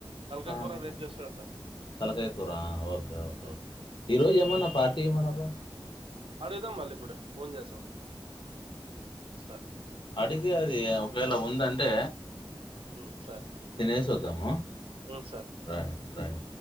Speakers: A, on the right; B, on the left.
A: తలకాయ
B: అహు
A: కూర రేపు చేస్తాడంట
B: తలకాయ కూర ఓకే ఓకే
A: ఉమ్,
B: ఈరోజు ఏమన్నా పార్టీ ఏం అనమో
A: అడుగుదాం మళ్ళీ ఇప్పుడు ఫోన్ చేసాం సరే
B: అడిగే అది ఆ ఒకవేళ ఉంది అంటే
A: ఉమ్ సరే సరే
B: తినేసి వద్దామా
A: ఉమ్ సార్
B: రాయి రాయి